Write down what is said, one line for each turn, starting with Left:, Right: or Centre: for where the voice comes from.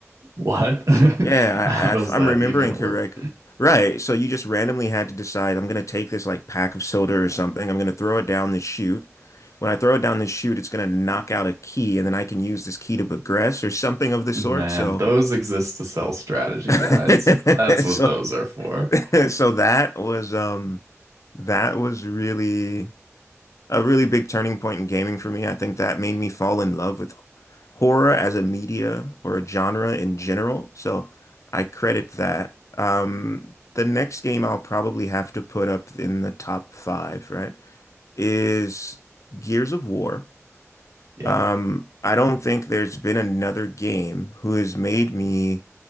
Right: What? <laughs>
Left: Yeah,
Right: How
Left: I,
Right: does
Left: I, if I'm
Right: that
Left: remembering
Right: even
Left: correctly.
Right: work?
Left: Right. So you just randomly had to decide, I'm going to take this like pack of soda or something. I'm going to throw it down this chute. When I throw it down this chute, it's going to knock out a key, and then I can use this key to progress or something of the sort.
Right: Man,
Left: So,
Right: those exist to sell strategy
Left: <laughs>
Right: guides. That's what
Left: so,
Right: those are for.
Left: <laughs> so that was um that was really a really big turning point in gaming for me. I think that made me fall in love with horror as a media or a genre in general. So I credit that. Um, the next game I'll probably have to put up in the top five, right, is Gears of War.
Right: Yeah.
Left: Um, I don't think there's been another game who has made me